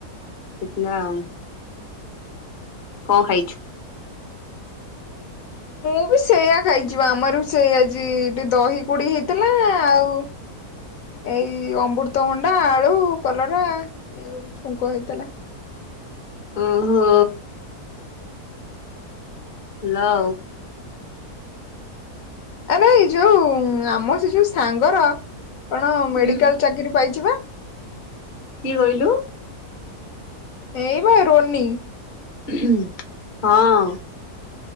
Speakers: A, on the left; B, on the left.
A: ହେଇଥିଲା ଆଉ କଣ ଖାଇଛୁ।
B: ମୁଁ ବି ସେୟା ଖାଇଚିବା ଆମରବି ସେ ଆଜି ଟିକେ ଦହିକୁଢି ହେଇଥିଲା ଆଉ। ଏଇ ଅମୃତଭଣ୍ଡା ଆଳୁ କଲରା ଏଆକୁ ଛୁଙ୍କ ହେଇଥିଲା।
A: ଅ ହଁ। ଲଉ।
B: ଆରେ ଏ ଯୋଉ ଆମ ସେ ଯୋଉ ସାଙ୍ଗର କଣ ମେଡିକାଲ
A: ହୁଁ
B: ଚାକିରି ପାଇଛି ପା।
A: କିଏ କହିଲୁ।
B: ଏଇ ପା ରୋନୀ।
A: ହୁଁ ହଁ।